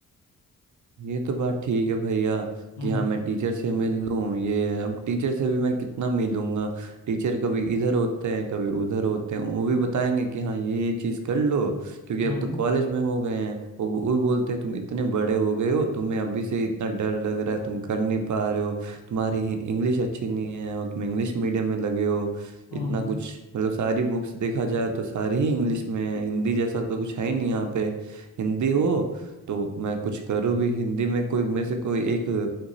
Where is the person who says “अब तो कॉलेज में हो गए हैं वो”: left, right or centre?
Right